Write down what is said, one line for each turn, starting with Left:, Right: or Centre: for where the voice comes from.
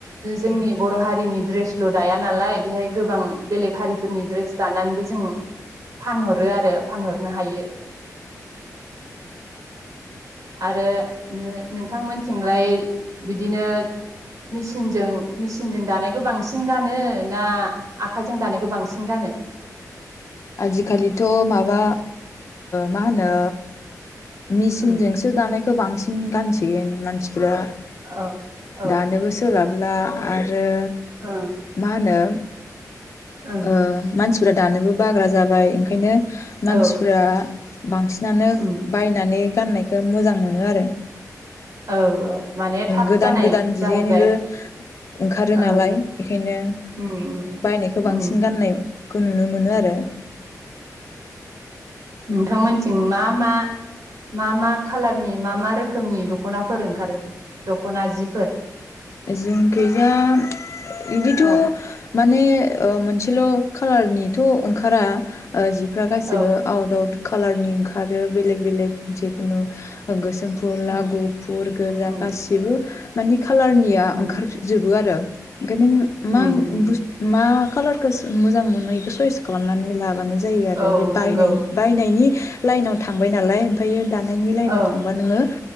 Right: जोंनि बर' हारिनि दड्रेसल' दाया नालाय बेहाय गोबां बेलेग हारिफोरनि दड्रेस दानानैबो जों फानहरो आरो फानहरनो हायो आरो ओ नोंथांमोन थिलाय बिदिनो मेसिनजों मेसिनजों दानायखौ बांसिन गानो ना आखाइजों दानायखौ बांसिन गानो
Left: आजिखालिथ' माबा मा होनो मेसिनजोंसो
Right: उम
Left: दानायखौ बांसिन गानसै देन मानसि
Right: औ औ
Left: दानोबो सोलाब ला आरो आरो
Right: उम
Left: मा होनो
Right: उम
Left: आ मानसि दानोबो बाग्रा जाबाय ओंखायनो मानसिफ्रा
Right: औ
Left: बांसिनानो
Right: उम
Left: नानै गाननायखौ मोजां मोनो आरो
Right: औ माने थाब
Left: गोदान
Right: जानाय
Left: गोदान दिडजाइनबो
Right: जाहैबाय
Left: ओंखारो
Right: ओ
Left: नालाय बेखायनो
Right: उम उम
Left: बायनायखौ बांसिन
Right: उम
Left: गाननाय खौ नुनो मोनो आरो
Right: नोंथांमोनथिं मा मा मा मा खालारनि मा मा रोखोमनि दख'नाफोर ओंखारो दख'ना जिफोर
Left: जोंखैजा इदित
Right: औ
Left: माने मोनसेल' खाालारनिथ' ओंखारा जिफ्रा गासिबो
Right: औ
Left: आउट आउट कालारनि ओंखारो बेलेक बेलेक जेखुनु गोसो जोमफला
Right: उम
Left: गुफुर गोजा
Right: उम
Left: गासिबो मानि खाालार ओंखार
Right: उम
Left: जोबो‌आरो ओमफाय
Right: उम उम
Left: नों मा खालार गोसो मोजां मोनो बेखौ सयस खालामनानै ला माबानो जायो आरो
Right: औ
Left: बे
Right: नंगौ
Left: बाय बायनायनि लाइनाव थांबाय नालाय ओमफ्रायायो दानायनि लाइनाव
Right: औ
Left: थांबा नोङो